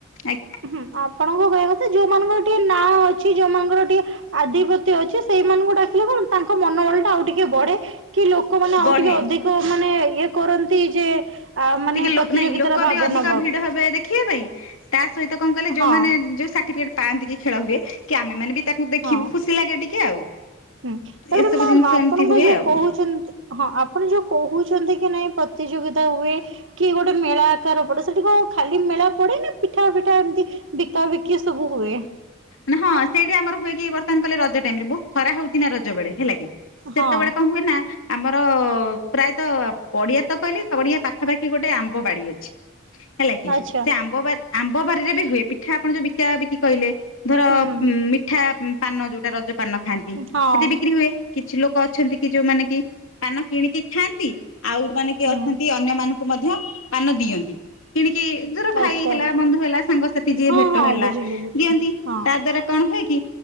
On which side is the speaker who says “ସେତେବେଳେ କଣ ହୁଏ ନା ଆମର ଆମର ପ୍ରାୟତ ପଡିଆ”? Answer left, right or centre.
Left